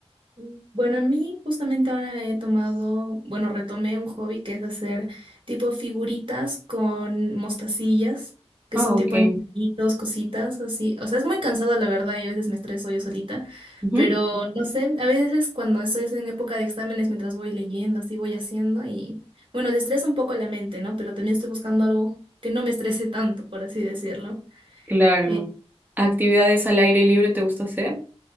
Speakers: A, on the right; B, on the right.
A: Mm. Bueno, a mí justamente ahora he tomado, bueno, retomé un hobby que es hacer tipo figuritas con mostacillas, que
B: Ah,
A: son
B: ok.
A: tipo animalitos, cositas así. O sea, es muy cansado la verdad y a veces me estreso yo solita,
B: Ujú,
A: pero no sé, a veces cuando estoy en época de exámenes, mientras voy leyendo, así voy haciendo y bueno, destresa un poco la mente, ¿no? Pero también estoy buscando algo que no me estrese tanto, por así decirlo.
B: Claro.
A: Eh,
B: ¿Actividades al aire libre te gusta hacer?